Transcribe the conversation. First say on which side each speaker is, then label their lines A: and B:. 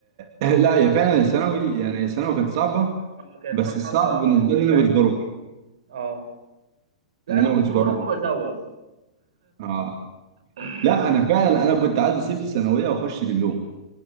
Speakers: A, on the right; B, on the right.
A: <laughs> لا هي فعلا الثانوي يعني الثانوي كانت صعبه
B: اه كانت
A: بس
B: مرحلة
A: الصعب بالنسبه لي
B: مزعجة
A: انا ما كنتش بروح
B: اه لا
A: ان
B: انا
A: انا ما
B: كنت
A: كنتش
B: بروح
A: بروح
B: وبزوغ
A: اه
B: <laughs>
A: لا انا فعلا انا كنت عايز اسيب الثانويه واخش دبلوم